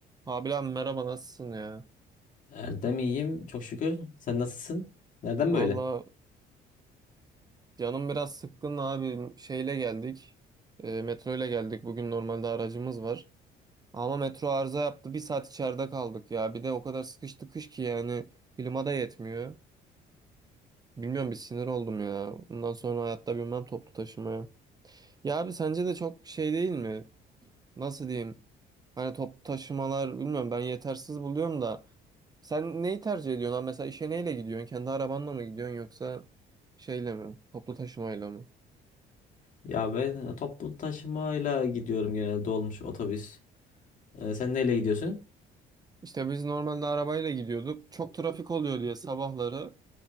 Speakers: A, on the right; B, on the left.
A: Abi abi merhaba nasılsın ya?
B: Erdem iyiyim çok şükür. Sen nasılsın? Nereden
A: Valla
B: böyle?
A: canım biraz sıkkın abi şeyle geldik. E, metro ile geldik. Bugün normalde aracımız var. Ama metro arıza yaptı. Bir saat içeride kaldık ya. Bir de o kadar sıkıştı kış ki yani klima da yetmiyor. Bilmiyorum bir sinir oldum ya. Bundan sonra hayatta binmem toplu taşımaya. Ya abi sence de çok şey değil mi? nasıl diyeyim hani top taşımalar bilmiyorum ben yetersiz buluyorum da sen neyi tercih ediyorsun abi? mesela işe neyle gidiyorsun kendi arabanla mı gidiyorsun yoksa şeyle mi toplu taşımayla mı
B: Ya ben e, toplu taşımayla gidiyorum genelde dolmuş otobüs. Ee, sen neyle gidiyorsun?
A: İşte biz normalde arabayla gidiyorduk çok trafik oluyor diye sabahları